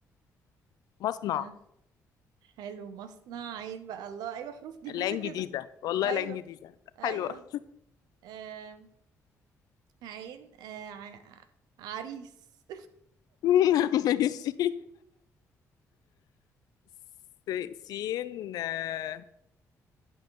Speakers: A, on the left; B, on the right.
A: مصنع
B: آه. حلو مصنع عين بقى الله ايوه حروف جديدة
A: لان
B: كده
A: جديدة والله
B: ايوه
A: لان جديدة
B: ايوه
A: حلوة
B: آه عين آه ع... عريس
A: <laughs> ماشي س... سين آه،